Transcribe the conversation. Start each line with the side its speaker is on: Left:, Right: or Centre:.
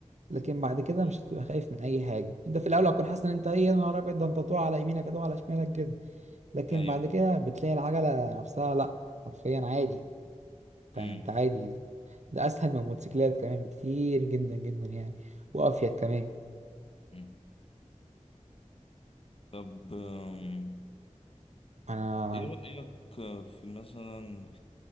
Right: لكن بعد كده
Left: أمم.
Right: مش هتبقى خايف من اي حاجه انت في الاول هتكون حاسس ان انت ايه يا نهار ابيض ده انت طوع على يمينك هتقع على شمالك كده لكن
Left: ايوه
Right: بعد كده بتلاقي العجله نفسها لا حرفيا عادي
Left: امم
Right: انت انت عادي ده اسهل من الموتوسيكلات كمان بكتير جدا جدا يعني وافيد كمان
Left: أمم. طب أم،
Right: انا
Left: ايه رايك في مثلا